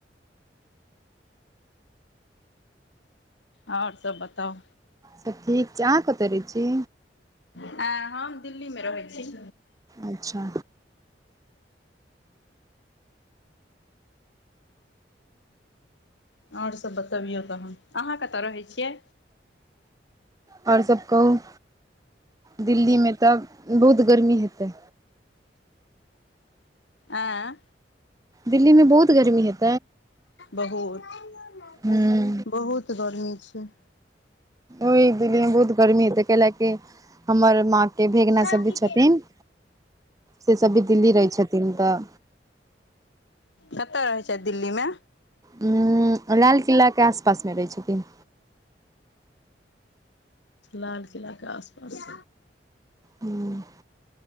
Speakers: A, on the left; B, on the right.
A: और सब बताउ।
B: सब ठीक छै, अहाँ कतऽ रहै छी।
A: अंय हम दिल्ली में रहै छी।
B: अच्छा।
A: और सब बतबियौ तहन, अहाँ कतऽ रहै छियै।
B: और सब कहू। दिल्ली में तऽ बहुत गर्मी हेतै।
A: अंय।
B: दिल्ली में बहुत गर्मी हेतै।
A: बहुत-
B: हूँ
A: बहुत गर्मी छै।
B: ओह दिल्ली मे बहुत गर्मी हेतै कैलैऽ कि हमर माँ के भेगना
A: कतय
B: सब भी छथिन, से सब भी दिल्ली रहै छथिन तऽ
A: कतय रहै छैथ दिल्ली मे।
B: उंऽ लाल किला के आस-पास में रहैत छथिन।
A: लाल किला के आस पास।
B: हूँ।